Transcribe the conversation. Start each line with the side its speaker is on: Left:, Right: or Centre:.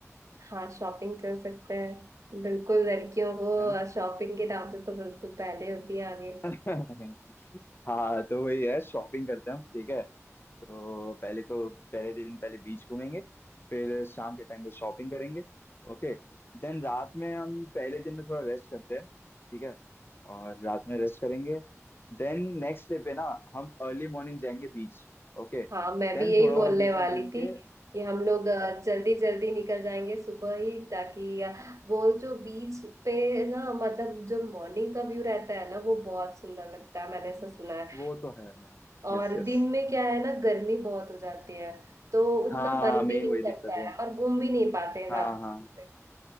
Right: हाँ शॉपिंग कर सकते हैं बिल्कुल लड़कियों को
Left: है ना
Right: शॉपिंग के नाम से तो बिल्कुल पहले होती है आगे
Left: <laughs> हाँ तो वही है शॉपिंग करते हैं हम ठीक है तो पहले तो पहले दिन पहले बीच घूमेंगे फिर शाम के टाइम पे शॉपिंग करेंगे ओके देन रात में हम पहले दिन में थोड़ा रेस्ट करते हैं ठीक है और रात में रेस्ट करेंगे देन नेक्स्ट डे पे ना हम अर्ली मॉर्निंग जाएंगे बीच ओके
Right: हाँ मैं
Left: देन
Right: भी यही
Left: थोड़ा
Right: बोलने
Left: बहुत बीच
Right: वाली
Left: में घूम
Right: थी
Left: के
Right: कि हम लोग जल्दी जल्दी
Left: <laughs>
Right: निकल जाएंगे सुबह ही ताकि अ, वो जो बीच पे ना मतलब जो मॉर्निंग का व्यू रहता है ना वो बहुत सुंदर लगता है मैंने ऐसा सुना है
Left: वो तो है मैम
Right: और
Left: Yes yes
Right: दिन में क्या है ना गर्मी बहुत हो जाती है तो उतना
Left: हाँ
Right: मन
Left: मेन
Right: भी नहीं
Left: वही दिक्कत
Right: करता है
Left: है
Right: और घूम भी नहीं पाते हैं ज्यादा
Left: हाँ हाँ